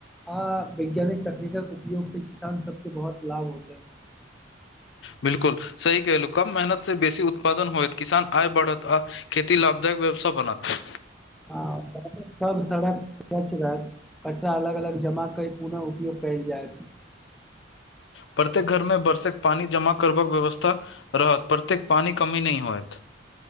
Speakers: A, in the centre; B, on the left.
A: हं वैज्ञानिक तकनीकल उपयोग से किसान सबके बहुत लाभ होतय
B: बिल्कुल सही केहलू कम मेहनत से बेसी उत्पादन होयत किसान आय बढ़त आ खेती लाभदायक व्यवस बनत
A: हँ सब सड़क स्वच्छ रहत कच्चा अलग अलग जमा कय पुनः उपयोग कयल जयत
B: प्रत्येक घरमे बरसक पानी जमा करबक व्यवस्था रहत प्रत्येक पानीकमी नहि होयत